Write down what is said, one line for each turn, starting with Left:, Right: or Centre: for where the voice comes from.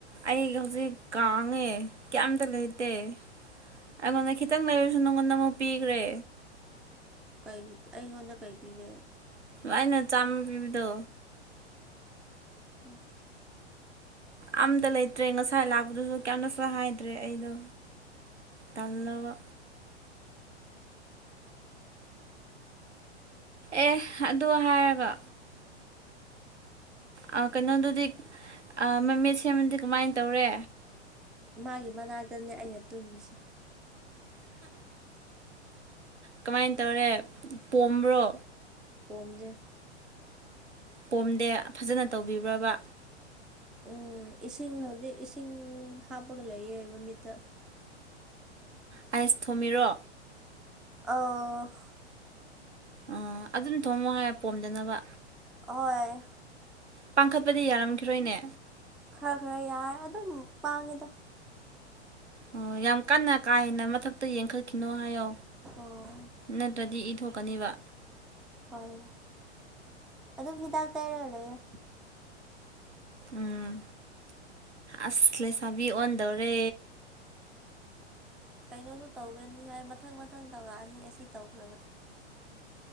Right: ꯑꯩ ꯍꯧꯖꯤꯛ ꯀꯥꯡꯉꯦ ꯀꯌꯥꯝꯇ ꯂꯩꯇꯦ ꯑꯩꯉꯣꯟꯗ ꯈꯤꯇꯪ ꯂꯩꯔꯁꯨ ꯅꯪꯉꯣꯟꯗ ꯑꯃꯨꯛ ꯄꯤꯈ꯭ꯔꯦ
Centre: ꯀꯩ ꯑꯩꯉꯣꯟꯗ ꯀꯩ ꯄꯤꯒꯦ
Right: ꯑꯩꯅ ꯆꯥꯝꯃ ꯄꯤꯕꯗꯣ
Centre: ꯎꯝ
Right: ꯑꯝꯇ ꯂꯩꯇ꯭ꯔꯦ ꯉꯁꯥꯏ ꯂꯥꯛꯄꯗꯨꯁꯨ ꯀꯌꯥꯝꯅꯁꯨ ꯍꯥꯏꯗ꯭ꯔꯦ ꯑꯩꯗꯣ ꯇꯜꯂꯕ ꯑꯦ ꯑꯗꯨ ꯍꯥꯏꯔꯒ ꯑꯥ ꯀꯩꯅꯣꯗꯨꯗꯤ ꯑꯥ ꯃꯃꯤꯠ ꯁꯦꯝꯕꯗꯤ ꯀꯃꯥꯏ ꯇꯧꯔꯦ
Centre: ꯃꯥꯒꯤ ꯃꯅꯥꯛꯇꯅꯦ ꯑꯩꯅ ꯇꯨꯝꯃꯤꯁꯦ
Right: ꯀꯃꯥꯏꯅ ꯇꯧꯔꯦ ꯄꯣꯝꯕ꯭ꯔꯣ
Centre: ꯄꫭꯝꯗꯦ
Right: ꯄꯣꯝꯗꯦ ꯐꯖꯅ ꯇꯧꯕꯤꯕ꯭ꯔꯕ
Centre: ꯎꯝ ꯏꯁꯤꯡ ꯍꯧꯖꯤꯛ ꯏꯁꯤꯡ ꯍꯥꯞꯄꯒ ꯂꯩꯌꯦ ꯃꯤꯠꯇ
Right: ꯑꯥꯏꯁ ꯊꯣꯝꯃꯤꯔꯣ
Centre: ꯑꯧ
Right: ꯑꯣ ꯑꯗꯨꯝ ꯊꯣꯡꯃꯣ ꯍꯥꯏ ꯄꯣꯝꯗꯅꯕ
Centre: ꯑꯍꯣꯢ
Right: ꯄꯥꯡꯈꯠꯄꯗꯤ ꯌꯥꯔꯝꯈꯤ ꯔꯣꯏꯅꯦ
Centre: ꯈꯔ ꯈꯔ ꯌꯥꯏ ꯑꯗꯨꯝ ꯄꯥꯡꯉꯦꯗ
Right: ꯑꯣ ꯌꯥꯝ ꯀꯟꯅ ꯀꯥ ꯍꯦꯟꯅ ꯃꯊꯛꯇ ꯌꯦꯡꯈꯠꯈꯤꯅꯣ ꯍꯥꯏꯌꯣ
Centre: ꯍꯣ
Right: ꯅꯠꯇ꯭ꯔꯗꯤ ꯏ ꯊꯣꯛꯀꯅꯦꯕ
Centre: ꯍꯣꯏ ꯑꯗꯨꯝ ꯍꯤꯗꯥꯛ ꯇꯩꯔꯒ ꯂꯩꯌꯦ
Right: ꯎꯝ ꯑꯁ ꯂꯩꯁꯥꯕꯤ ꯑꯣꯟꯗꯧꯔꯦ
Centre: ꯀꯩꯅꯣꯗꯨ ꯇꯧꯒꯅꯤ ꯍꯥꯏ ꯃꯊꯪ ꯃꯊꯪ ꯇꯧꯔꯛꯑꯅꯤ ꯑꯁꯤ ꯇꯧꯈ꯭ꯔꯕꯟ